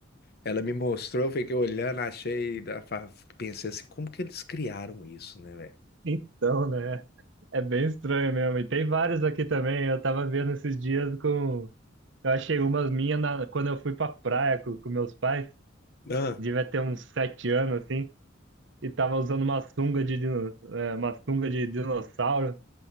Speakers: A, on the left; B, on the right.
A: Ela me mostrou, eu fiquei olhando, achei, da- fa- pensei assim, como que eles criaram isso, né, velho?
B: então, né? É bem estranho mesmo. E tem vários aqui também. Eu tava vendo esses dias com. Eu achei umas minhas na... quando eu fui pra praia com, com meus pais.
A: Ah,
B: Devia ter uns sete anos, assim. E tava usando uma sunga de, dino... é, uma sunga de dinossauro.